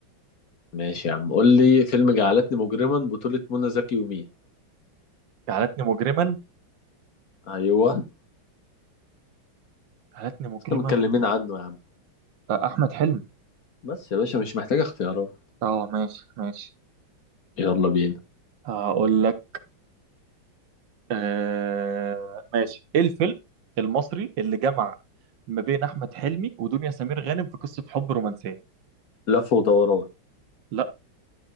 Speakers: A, on the left; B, on the right.
A: ماشي يا عم قول لي فيلم جعلتني مجرما بطولة منى زكي ومين
B: جعلتني مجرما
A: ايوه
B: جعلتني مجرما
A: احنا متكلمين عنه يا عم
B: آه، أحمد حلمي
A: بس يا باشا مش محتاج اختيارات
B: أه ماشي ماشي
A: يلا بينا
B: هقول لك آه... ماشي إيه الفيلم المصري اللي جمع ما بين أحمد حلمي ودنيا سمير غانم في قصة حب رومانسية
A: لف ودوران
B: لا